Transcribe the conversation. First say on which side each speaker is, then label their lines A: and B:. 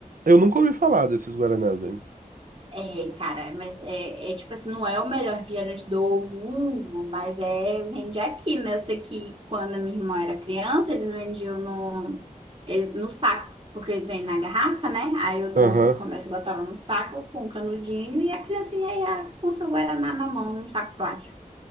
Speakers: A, on the right; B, on the right.
A: Eu nunca ouvi falar desses Guaranás aí.
B: É, cara, mas é, é tipo assim, não é o melhor refrigerante do mundo, mas é, vende aqui, né? Eu sei que quando a minha irmã era criança, eles vendiam no, eh, no saco, porque vem na garrafa, né? Aí o dono
A: Aham.
B: do comércio botava no saco com um canudinho e a criancinha ia com seu guaraná na mão, num saco plástico.